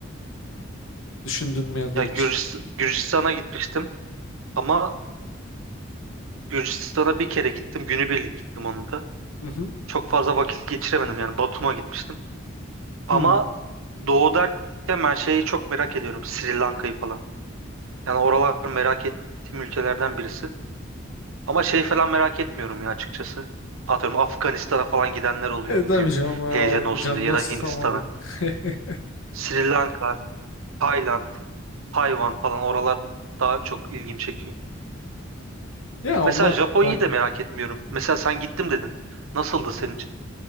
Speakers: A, on the left; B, on the right.
A: düşündün mü ya da
B: Ya
A: hiç?
B: Gürcist- Gürcistan'a gitmiştim ama Gürcistan'a bir kere gittim. Günübirlik gittim onu da.
A: Hı hı.
B: Çok fazla vakit geçiremedim yani Batum'a gitmiştim. Ama
A: Hı.
B: doğu derken ben şeyi çok merak ediyorum. Sri Lanka'yı falan. Yani oralar merak ettiğim ülkelerden birisi. Ama şey falan merak etmiyorum ya açıkçası. Atıyorum Afganistan'a falan gidenler oluyor
A: E,
B: ne
A: tabii
B: bileyim.
A: canım o
B: Heyecan olsun
A: canına
B: diye ya da
A: susamadın.
B: Hindistan'a.
A: <laughs>
B: Sri Lanka, Tayland. Hayvan falan oralar daha çok ilgimi çekiyor.
A: Ya
B: Mesela
A: onlar
B: Japonya'yı
A: daha güzel.
B: da merak etmiyorum. Mesela sen gittim dedin. Nasıldı senin için?